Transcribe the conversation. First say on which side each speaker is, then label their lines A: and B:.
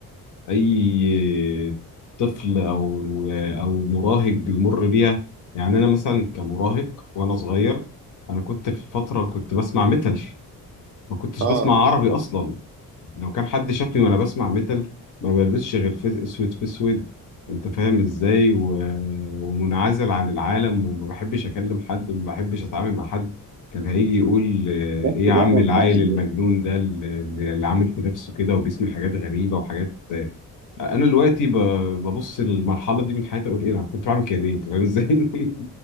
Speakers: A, on the left; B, on the right.
A: اي طفل او او مراهق بيمر بيها يعني انا مثلا كمراهق وانا صغير انا كنت في فتره كنت بسمع ميتال ما كنتش
B: اه
A: بسمع عربي اصلا لو كان حد شافني وانا بسمع ميتال ما بلبسش غير في اسود في اسود انت فاهم ازاي و... ومنعزل عن العالم وما بحبش اكلم حد ما بحبش اتعامل مع حد كان هيجي يقول آه،
B: بس
A: ايه يا عم
B: ده بقى
A: العيل
B: يعني
A: المجنون ده اللي اللي عامل في نفسه كده وبيسمع حاجات غريبه وحاجات انا دلوقتي ب- ببص للمرحله دي من حياتي اقول ايه انا كنت بعمل كده ليه انت فاهم ازاي <laughs>